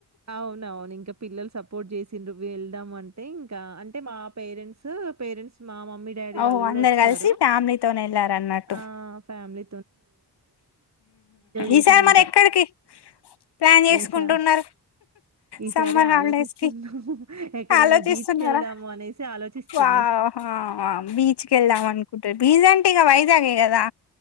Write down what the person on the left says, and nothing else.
ఓహో
అందరు
కలిసి ఫ్యామిలీతోనే వెళ్ళారన్నట్టు
ఈసారి
మరి ఎక్కడికి ప్లాన్ జేసుకుంటున్నారు
సమ్మర్
హాలిడేస్ కి
ఆలోచిస్తున్నారా
వొహా బీచ్ కి ఎళ్దాం అనుకుంటు బీజంటే ఇగ వైజాగే గదా